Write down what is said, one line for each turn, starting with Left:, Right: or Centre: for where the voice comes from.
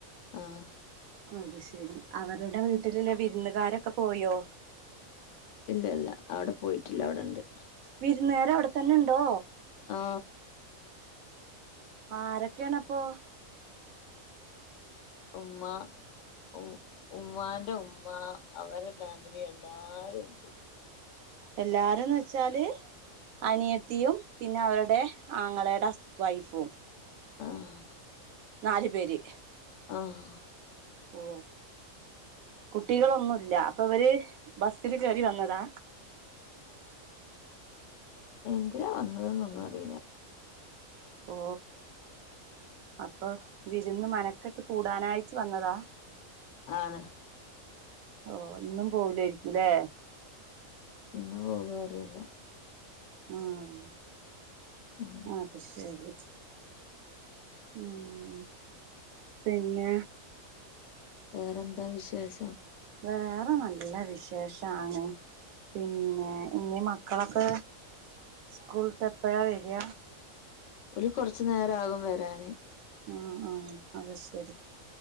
Left: ആഹ
Right: അത് ശെരി അവരടെ വീട്ടിലുള്ള വിരുന്നുകാരൊക്കെ പോയോ
Left: ഇല്ല ഇല്ല അവിടെ പോയിട്ടില്ല അവിടെണ്ട്
Right: വിരുന്നേരം അവിടെത്തന്നെണ്ടോ
Left: ആ
Right: ആ ആരൊക്കെയണപ്പൊ
Left: ഉമ്മ ഉ ഉമ്മാന്റെ ഉമ്മ അവരെ ഫാമിലി എല്ലാരും ഉണ്ട്
Right: എല്ലാരുംന്ന് വെച്ചാല് അനിയത്തിയും പിന്നെ അവരുടെ ആങ്ങളേടെ അസ് വൈഫും
Left: ആഹ
Right: നാല് പേര്
Left: ആഹ
Right: ഓ കുട്ടികളൊന്നുല്ല അപ്പൊ ഇവര് ബസിൽ കേറി വന്നതാ
Left: എന്തിനാ വന്നതെന്നൊന്നും അറിയില്ല
Right: ഓ അപ്പൊ വിരുന്ന് മനക്കെട്ട് കൂടാനായിറ്റ് വന്നതാ
Left: ആണ്
Right: ഓ ഇന്നും പോവുലായിരിക്കുംലേ
Left: ഇന്ന് പോകാ അറിയില്ല
Right: മ്മ്
Left: ഉം
Right: അത് ശരി ഉമ്മ് പിന്നെ
Left: <inaudible> വേറെന്താ വിശേഷം?
Right: വേറെ നല്ല വിശേഷാണ് പിന്നെ ഇനി മക്കളൊക്കെ സ്കൂൾട്ടു എപ്പോഴാ വരിക
Left: ഒര് കൊറച്ചു നേരം ആകും വരാന്
Right: ആഹ ആഹ അത് ശരി